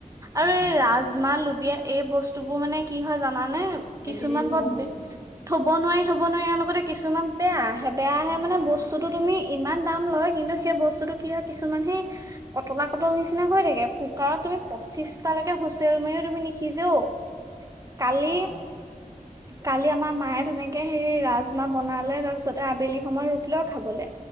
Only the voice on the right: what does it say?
আৰু
এই ৰাজমাহ লো এই বস্তু বোৰ মানে কি হয়। জানানে? মানে কিছুমান
পদ
থব নোৱাৰি থব নোৱাৰি ইয়াৰ লগতে কিছুমান বেয়া আহে বেয়া আহে মানে বস্তুতটো তুমি ইমান দাম লয় কিন্তু সেই বস্তুটো কি হয় কিছুমান সেই কটলা কটল নিচিনা হৈ থাকে কুকাৰত তুমি পঁচিশটালৈকে হুচেল মাৰও তুমি নিখিজেও কালি
কালি আমাৰ মায়ে তেনেকে হেৰি ৰাজমাহ বনালে তাৰপিছতে আবেলি সময়ত ৰুটি লও খাবলে